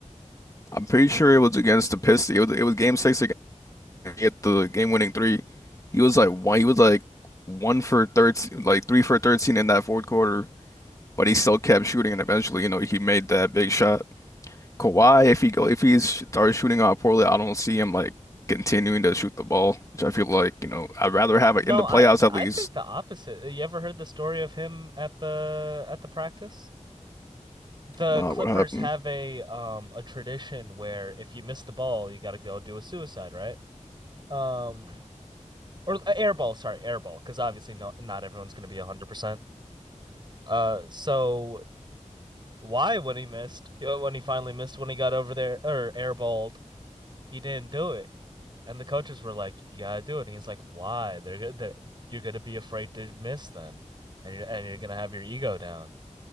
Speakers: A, on the left (about 25°); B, on the right (about 35°).
A: I'm pretty sure it was against the Pistons. It was it was game six against get the game winning three. He was like one. He was like one for thirteen, like three for thirteen in that fourth quarter. but he still kept shooting, and eventually, you know, he made that big shot. Kawhi, if he go, if he's starts shooting out poorly, I don't see him like continuing to shoot the ball, which I feel like, you know, I'd rather have it
B: No,
A: in the
B: I
A: playoffs at
B: I
A: least.
B: think the opposite. You ever heard the story of him at the at the practice? the
A: Not
B: Clippers
A: what happened.
B: have a um a tradition where if you miss the ball, you got to go do a suicide, right? Um or uh, air ball, sorry, air ball, because obviously not not everyone's going to be 100%. Uh so why when he missed, when he finally missed when he got over there or airballed, he didn't do it. And the coaches were like, "You gotta do it." And he's like, "Why? They're, go- they're you're gonna be afraid to miss then, and you're and you're gonna have your ego down."